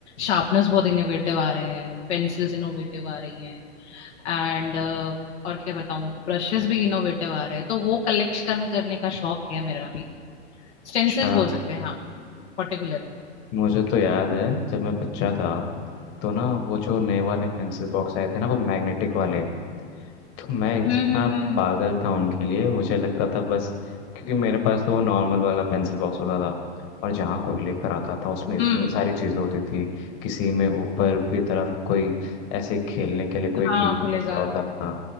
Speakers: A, on the left; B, on the left.
A: शार्पनर्स बहुत इनोवेटिव आ रहे हैं पेंसिल्स इनोवेटिव आ रही हैं एंड और क्या बताऊं ब्रशेस भी इनोवेटिव आ रहे हैं तो वो कलेक्शन करने का शौक है मेरा भी स्टेंसिल्स
B: अच्छा
A: बोल सकते हैं हाँ पर्टिकुलर
B: मुझे तो याद है जब मैं बच्चा था तो ना वो जो नए वाले पेंसिल बॉक्स आए थे ना वो मैग्नेटिक वाले तो मैं इतना
A: हम्म हम्म हम्म
B: पागल था उनके लिए मुझे लगता था बस क्योंकि मेरे पास तो वो नॉर्मल वाला पेंसिल बॉक्स होता था और जहाँ कोई लेकर आता था उसमें इतनी
A: हम्म.
B: सारी चीज़ें होती थी किसी में ऊपर की तरफ कोई ऐसे खेलने के लिए कोई
A: हाँ
B: गेम
A: खुलेगा
B: ऐसा होता था